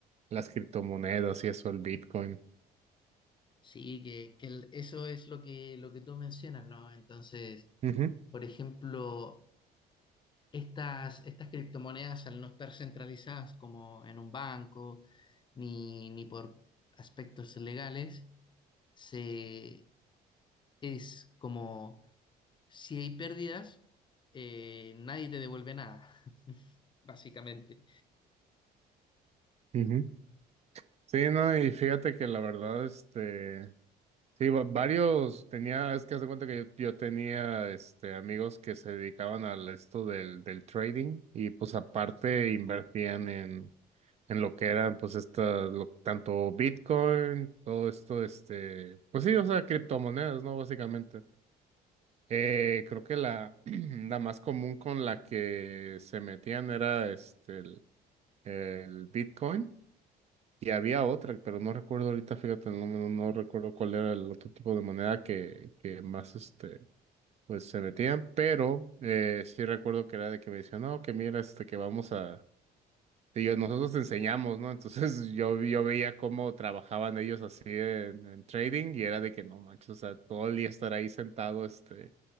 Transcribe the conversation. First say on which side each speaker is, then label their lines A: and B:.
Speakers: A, on the right; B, on the left.
A: las criptomonedas y eso, el Bitcoin.
B: Sí, que, que el- eso es lo que, lo que tú mencionas, ¿no? Entonces,
A: Ujú,
B: por ejemplo, estas, estas criptomonedas al no estar centralizadas como en un banco ni, ni por aspectos legales, se, es como si hay pérdidas, eh, nadie te devuelve nada, <laughs> básicamente.
A: ujú, Sí, no, y fíjate que la verdad, este, sí, va- varios tenía, es que haz de cuenta que yo, yo tenía, este, amigos que se dedicaban al esto del, del trading y pues aparte invertían en, en lo que eran, pues estas, lo- tanto Bitcoin, todo esto, este, pues sí, o sea, criptomonedas, ¿no? Básicamente. Eh, creo que la, <clears throat> la más común con la que se metían era, este, el el Bitcoin. Y había otra, pero no recuerdo ahorita, fíjate, no, no, no recuerdo cuál era el otro tipo de moneda que, que más este, pues se metían, pero eh, sí recuerdo que era de que me decían, no, que mira, este, que vamos a, Sí, yo- nosotros te enseñamos, ¿no? Entonces yo, yo veía cómo trabajaban ellos así en, en trading y era de que no manches, o sea, todo el día estar ahí sentado, este,